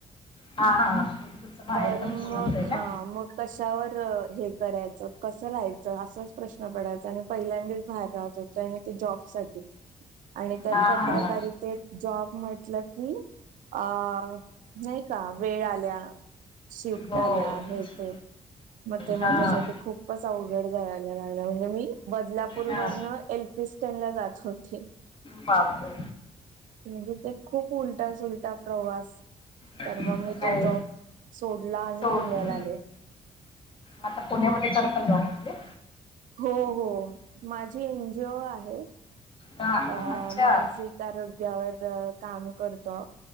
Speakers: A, on the left; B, on the right.
A: हा हा म्हणजे तुमचं माहेर
B: तर
A: पण
B: मग
A: पुणच आहे
B: हा
A: का?
B: मग कशावर हे करायचं. तर कसं राहायचं असाच प्रश्न पडायचा आणि पहिल्यांदाच बाहेर राहत होत आणि ते जॉब आणि त्यात
A: हा
B: पत्रकारित
A: हा.
B: जॉब म्हटलं की अ नाही का वेळ आल्या. शिफ्ट
A: हो.
B: आल्या हे ते. मग ते माझ्यासाठी
A: हाँ।
B: खूपच अवघड जायला लागले म्हणजे मी बदलापूर
A: हाँ।
B: वरन एलफी त्यांनन जात होती.
A: बापरे!
B: म्हणजे ते खूप उलटा सुलटा प्रवास
A: <unintelligible>
B: तर मग मी तो जॉब सोडला आणि
A: सोड
B: पुण्याला आले
A: आता पुण्यामध्ये करता जॉब तुम्ही?
B: हो हो. माझी एनजीओ आहे.
A: हा
B: अ
A: हा, अच्छा
B: मानसिक आरोग्यावर काम करतो.